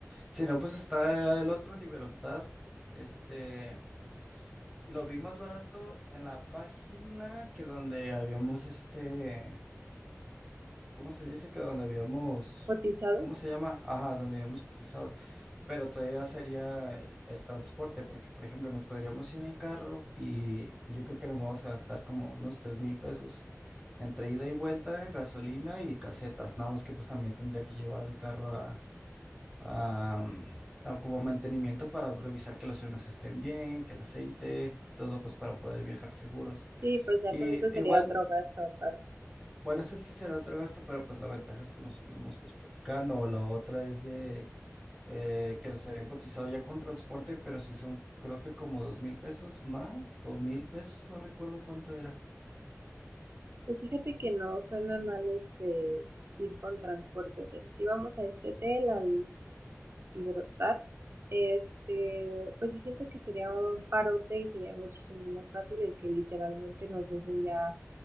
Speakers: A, in the centre; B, on the right (about 50°).
A: Si no, pues está el otro Liberostar. Este, lo vi más barato en la página que donde habíamos, este, ¿cómo se dice? Que donde habíamos,
B: Cotizado.
A: ¿cómo se llama? Ajá, donde habíamos cotizado. Pero todavía sería el, el transporte, porque por ejemplo nos podríamos ir en carro y yo creo que nos vamos a gastar como unos tres mil pesos entre ida y vuelta, gasolina y casetas. Nada más que pues también tendría que llevar el carro a, a, mm, a como mantenimiento para revisar que los frenos estén bien, que el aceite y todo pues para poder viajar seguros.
B: Sí, pues ya
A: Y
B: con eso sería
A: igual,
B: otro gasto aparte.
A: bueno, ese sí será otro gasto, pero pues la ventaja es que nos iríamos pues platicando o la otra es de eh, que nos habían cotizado ya con transporte, pero sí son, creo que como dos mil pesos más o mil pesos, no recuerdo cuánto era.
B: Pues fíjate que no suena mal este ir con transporte. O sea, si vamos a este hotel, al Iberostar, este, pues sí siento que sería un parote y sería muchísimo más fácil el que literalmente nos dejen ya